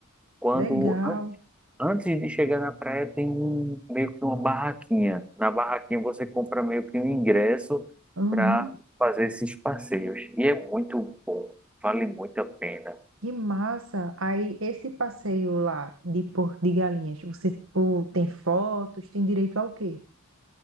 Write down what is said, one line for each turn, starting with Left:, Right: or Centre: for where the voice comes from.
Centre: Quando
Right: legal.
Centre: an- antes de chegar na praia tem um meio que uma barraquinha. Na barraquinha você compra meio que um ingresso
Right: Uhum.
Centre: para fazer esses passeios e é muito bom, vale muito a pena.
Right: Que massa! Aí, esse passeio lá de Porto de Galinhas, você pô, tem fotos, tem direito ao quê?